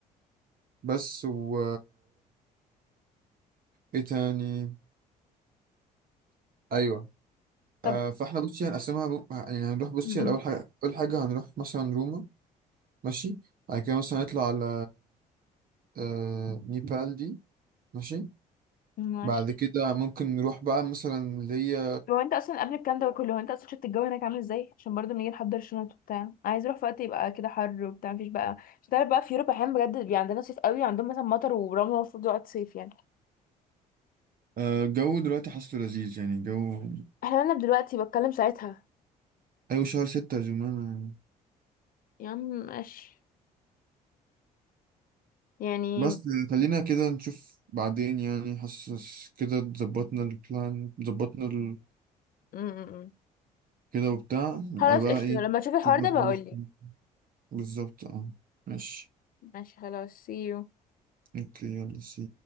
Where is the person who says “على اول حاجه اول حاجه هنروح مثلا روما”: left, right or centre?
Right